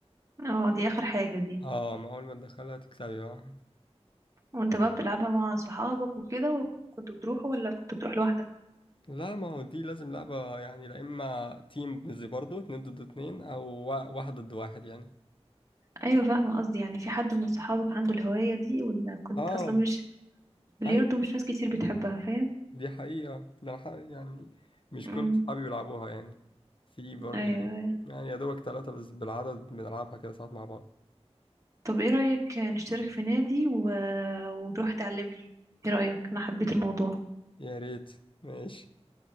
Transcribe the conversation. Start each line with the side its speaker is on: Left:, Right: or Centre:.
Right: اه دي اخر حاجة دي
Left: اه ما اول ما تدخلها تكسبي بقى
Right: وانت بقى بتلعبها مع صحابك وكده وكنت بتروح ولا كنت بتروح لوحدك
Left: لا ما هو دي لازم لعبة يعني لا اما تيم زي برضو اتنين ضد اتنين او وا- واحد ضد واحد يعني
Right: ايوه فاهمه قصدي يعني في حد من صحابك عنده الهوايه دي ولا كنت
Left: اه
Right: اصلا مش بلياردو
Left: ايوه
Right: مش ناس كتير بتحبها فاهم
Left: دي حقيقة ده ح- يعني مش
Right: امم
Left: كل اصحابي بيلعبوها يعني في بر
Right: ايوه
Left: يعني
Right: ايوه
Left: يعني يا دوبك ثلاثة بس بالعدد بنلعبها كده ساعات مع بعض
Right: طب ايه رايك نشترك في نادي و... وتروح تعلمني ايه رايك انا حبيت الموضوع
Left: يا ريت ماشي